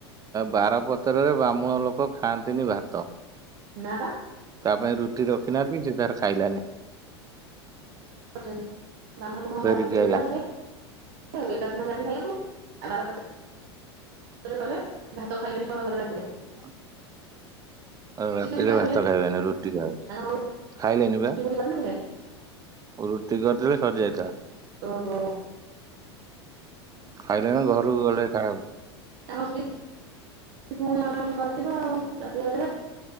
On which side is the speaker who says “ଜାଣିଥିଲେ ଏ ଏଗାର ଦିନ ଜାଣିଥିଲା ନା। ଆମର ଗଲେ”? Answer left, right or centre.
Right